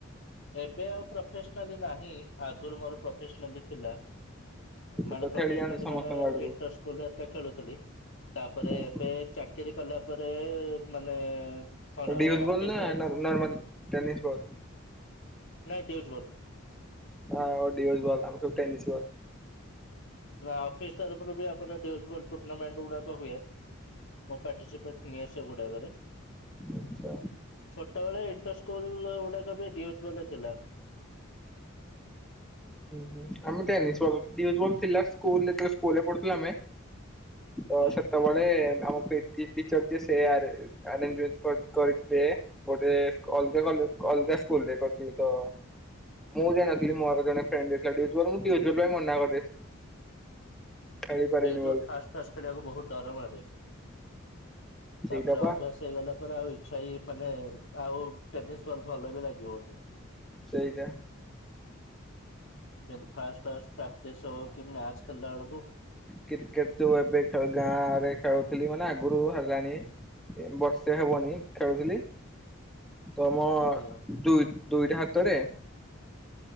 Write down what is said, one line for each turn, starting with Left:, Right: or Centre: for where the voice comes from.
Left: ଏବେ ଆଉ ପ୍ରଫେସନାଲି ନାହିଁ ଆଗୁରୁ ମୋର ପ୍ରଫେସନାଲି ଥିଲା। ଅ
Centre: ସେ
Left: ମାନେ
Centre: ତ
Left: ପ୍ରଫେସନାଲି
Centre: ଖେଳି ଯାଆନ୍ତି ସମସ୍ତଙ୍କ
Left: ମାନେ
Centre: ଆଡକୁ
Left: ଇଣ୍ଟର୍ ସ୍କୁଲ୍ ହେରିକା ଖେଳୁଥିଲି। ତାପରେ
Centre: ଓହୋ
Left: ଏବେ ଚାକିରି କଲା ପରେ ମାନେ କଣ
Centre: ଅ ଡିଉଜ୍
Left: ଅଫିସ
Centre: ବଲ୍ ନା
Left: ତରଫ
Centre: ନର୍ ନର୍ମାଲ୍ ଟେନିସ୍ ବଲ୍?
Left: ନାଇଁ ଡିଉଜ୍ ବଲ୍।
Centre: ଅ ଡିଓଜ୍ ଆମେ ସବୁ ଟେନିସ୍ ବଲ୍।
Left: ନାଁ ଅଫିସ୍ ତରଫରୁ ବି ଆମର ଡିଉଜ୍ ବଲ୍ ଟୁର୍ଣ୍ଣାମେଣ୍ଟ୍ ଉଡ଼ାକ ହୁଏ। ମୁଁ ପାର୍ଟିସିପେଟ୍ ନିଏ ସେଗୁଡ଼ାକରେ।
Centre: ଆଚ୍ଛା।
Left: ଛୋଟ ଏଳେ ଇଣ୍ଟର୍ ସ୍କୁଲ୍ ଉଡ଼ାକ ବି ଡିଉଜ୍ ବଲ୍ ଥିଲା।
Centre: ହୁଁ ଆମେ ଟନିସ୍ ବଲ୍ ଡିଉଜ୍ ବଲ୍ ଥିଲା ସ୍କୁଲ୍ ଯେତୋଳେ ସ୍କୁଲ୍ ରେ ପଢ଼ୁଥୁଲୁ ଆମେ। ତ
Left: ହୁଁ।
Centre: ସେତବେ ବେ ଆମ ପେ ଟି ଟିଚର୍ ଯିଏ ସେ ଆରେ ଆରେଞ୍ଜମେଟ୍ କରି କରିଥିଲେ। ଗୋଟେ ଅଲଗା କୋ ଲ ଅଲଗା ସ୍କୁଲ୍ ରେ କରିଥିଲି ତ ମୁଁ ଯାଇ ନଥିଲି ମୋ ଆଗ ଜଣେ ଫ୍ରେଣ୍ଡ୍ ଦେଇଥିଲା ଡିଉଜ୍ ବଲ୍ ମୁଁ ଡିଉଜ୍ ବଲ୍ ପାଇଁ ମନା କରିଦେଇଥିଲି। ଖେଳି ପାରିବିନି
Left: ଡିଉଜ୍
Centre: ବୋଲି
Left: ବଲ୍ ଫାଷ୍ ଫାଷ୍ ଖେଳିବାକୁ ବୋହୁତ ଡର ମାଡ଼େ।
Centre: ସେଇଟା
Left: ତାପରେ
Centre: ପା
Left: ଅଭ୍ୟାସ୍ ହେଇଗଲା ପରେ ଆଉ ଇଚ୍ଛା ହି ମାନେ ଆଉ ଟେନିସ୍ ବଲ୍ ଭଲ ବି ଲାଗିବନି।
Centre: ସେଇଦା
Left: ଯେନ୍ତୁ ଫାଷ୍ ଫାଷ୍ ପ୍ରାକ୍ଟିସ୍ ହଉ କି ମ୍ୟାଚ୍ ଖେଳିଲା ଅଳୁକୁ
Centre: କ୍ରିକେଟ୍ ତୁ ଏବେ ଖେଳୁ ଗାଁରେ ଖେଳୁଥିଲି ମାନେ ଆଗରୁ ହେଲାଣି ଏ ବର୍ଷେ ହବଣି ଖେଳୁଥିଲି। ତମ
Left: ଆଜ୍ଞା
Centre: ଦୁଇ ଦୁଇଟା ହାତରେ